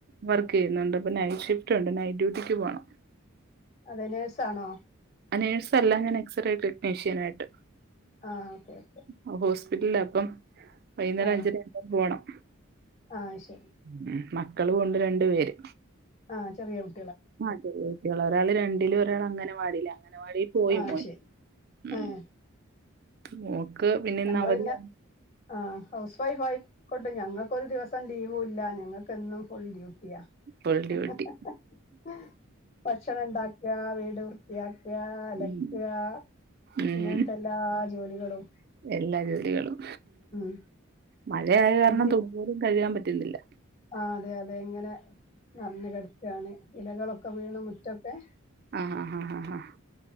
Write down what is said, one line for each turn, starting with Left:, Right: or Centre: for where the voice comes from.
Right: വർക്ക് ചെയ്യുന്നുണ്ട് ഇപ്പൊ നൈറ്റ് ഷിഫ്റ്റ് ഉണ്ട് നൈറ്റ് ഡ്യൂട്ടിക്ക് പോണം
Left: അതെ നേഴ്സാണോ
Right: ആഹ് നഴ്സല്ല ഞാൻ എക്സ്റേ ടെക്നീഷ്യൻ ആയിട്ട്.
Left: ആഹ് ഓക്കേ ഓക്കെ
Right: ആഹ് ഹോസ്പിറ്റല് അപ്പം വൈകുന്നേരം
Left: ആഹ്
Right: അഞ്ചര ആവുമ്പം പോണം
Left: ആഹ് ശരി
Right: മ്മ് മക്കളു ഉണ്ട് രണ്ടു പേര്
Left: ആഹ് ചെറിയ കു
Right: ആഹ് ചെറിയ കുട്ടികളാ ഒരാൾ രണ്ടിലും ഒരാൾ അംഗനവാടിയിലാ അങ്ങനവാടിൽ പോയി
Left: ആഹ്
Right: മോൻ
Left: ശരി
Right: ഉം
Left: ഏഹ്
Right: മോക്ക് പിന്നെ
Left: ഞങ്ങള്
Right: ഇന്ന് അവധിയാണ്.
Left: പിന്നെ ആഹ് ഹൗസ് വൈഫ് ആയിക്കോട്ട് ഞങ്ങൾക്കൊരു ദിവസം ലീവ് ഇല്ല ഞങ്ങൾക്കും എന്നും ഫുൾ ഡ്യൂട്ടി അതെയാ
Right: ഫുൾ ഡ്യൂട്ടി
Left: ഹ ഹ ഹ ഭക്ഷണം ഇണ്ടാ വീട് വൃത്തിയാക്ക അലക്കാ
Right: ഉം ഉം
Left: ഇങ്ങനത്തെ എല്ലാ ജോലികളും
Right: എല്ലാ ജോലികളും
Left: ഉം
Right: മഴയായ കാരണം
Left: ഇനി
Right: തുണിപോലും കഴുകാൻ പറ്റുന്നില്ല
Left: ആഹ് അതെ അതെ ഇങ്ങനെ നിറഞ്ഞ് കിടക്കാണ് ഇലകളൊക്കെ വീണ് മുറ്റൊക്കെ
Right: ആഹ് ആഹ് ആഹ് ആഹ് ആഹ്